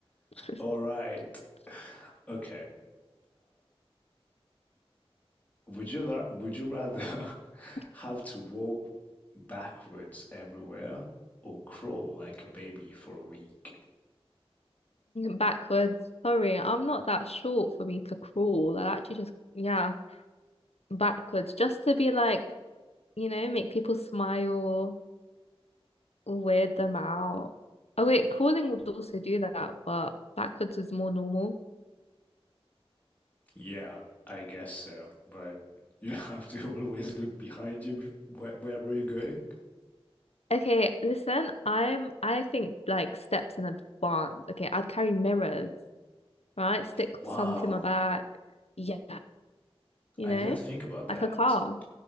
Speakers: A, on the left; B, on the left.
A: <laughs>
B: All right. Okay. Would you ra- would you rather <laughs> have to walk backwards everywhere or crawl like a baby for a week?
A: Backwards. Sorry, I'm not that short for me to crawl. I actually just, yeah, backwards, just to be like, you know, make people smile or weird them out. Oh, wait, crawling would also do that, but backwards is more normal.
B: Yeah, I guess so. But <laughs> you have to <laughs> always look behind you bef- Where wherever you're going.
A: Okay, listen, I'm I think like steps in advance. Okay, I'd carry mirrors, right? Stick
B: Wow.
A: some to my back. Yeah, you
B: I
A: know,
B: didn't think about that.
A: like a car.